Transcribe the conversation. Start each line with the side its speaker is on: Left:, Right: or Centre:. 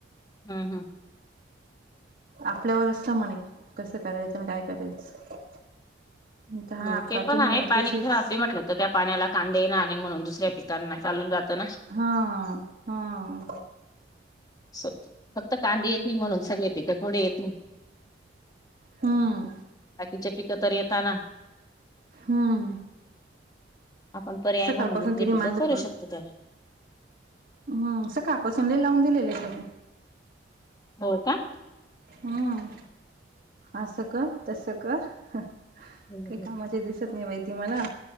Left: अंह
Right: आपल्यावर अस त् म्हणे कसं करायचं अन काय करायचं? तर हा
Left: हम,
Right: अक्का
Left: ते पण
Right: तुनी
Left: आहे पाणी
Right: तुझीच
Left: <unintelligible> ली म्हटलेत. त त्या पाण्याला कांदे येणार नाई म्हणून दुसऱ्या पिकांना चालून जातं ना?
Right: हाआ, हाआ.
Left: सच फक्त कांदे येतील म्हणून सगळे पिकं थोडे येतील?
Right: हम्म
Left: बाकीचे पिकं तर येेता ना?
Right: हं
Left: आपण पर्याय म्हणून
Right: कापासून
Left: दुसरी
Right: तिने
Left: पिकं
Right: माझं
Left: करू शकतो तर?
Right: म् सकापासून लय लावून दिलेलेत त्यानी.
Left: हो का?
Right: हं, असं का? तसं का? हअ
Left: हम्म
Right: काही
Left: हम्म.
Right: कामाचे दिसत नाही बाई ती मला,